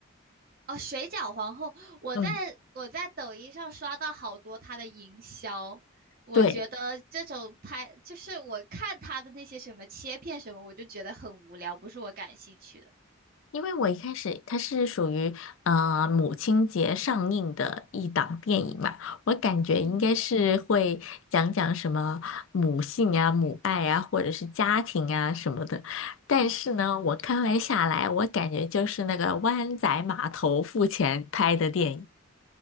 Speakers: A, on the right; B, on the left.
A: 哦，《水饺皇后》，我在我在抖音上刷到好多它的营销，
B: 嗯，
A: 我觉得这种拍就是我看它的那些什么切片什么，
B: 对，
A: 我就觉得很无聊，不是我感兴趣的。
B: 因为我一开始它是属于呃母亲节上映的一档电影嘛，我感觉应该是会讲讲什么母性啊、
A: 嗯。
B: 母爱啊，或者是家庭啊什么的。但是呢，我看完下来，我感觉就是那个湾仔码头付钱拍的电影。